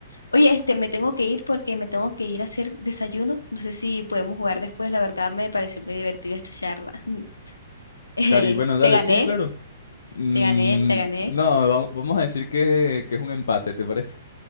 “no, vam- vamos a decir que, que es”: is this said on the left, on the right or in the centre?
Left